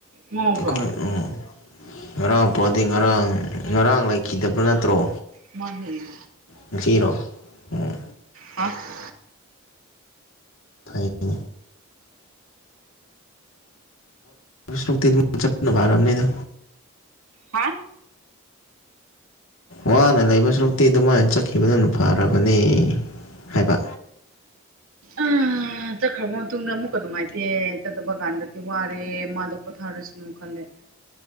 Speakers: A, on the right (about 70°); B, on the left (about 70°).
A: ꯉꯥꯎꯕ꯭ꯔꯣ
B: ꯑꯩꯈꯣꯏ ꯎ ꯉꯔꯥꯡ ꯄꯣꯛꯑꯗꯤ ꯉꯔꯥꯡ ꯉꯔꯥꯡ ꯂꯩꯈꯤꯗꯕ꯭ꯔꯥ ꯅꯠꯇ꯭ꯔꯣ
A: ꯃꯥꯡꯖ
B: ꯅꯨꯡꯁꯤꯔꯣ ꯎꯝ
A: ꯍꯥ
B: ꯐꯩꯅꯤ ꯁꯣꯛ ꯆꯄꯚꯔ ꯑꯃ ꯅꯅ
A: ꯍꯥ
B: ꯋꯥꯅ ꯂꯩꯕ ꯁꯔꯨꯛꯇꯤ ꯑꯗꯨꯃꯥꯏꯅ ꯆꯠꯈꯤꯕꯗꯨꯅ ꯐꯔꯕꯅꯤ ꯍꯥꯏꯕ
A: ꯑꯥ ꯆꯠꯈ꯭ꯔꯕ ꯃꯇꯨꯡꯗ ꯑꯃꯨꯛꯀ ꯅꯨꯡꯉꯥꯏꯇꯦ ꯆꯠꯇꯕ ꯀꯥꯟꯗꯗꯤ ꯋꯥꯔꯦ ꯃꯥꯗꯣ ꯄꯣꯊꯥꯔꯁꯅꯨ ꯈꯜꯂꯦ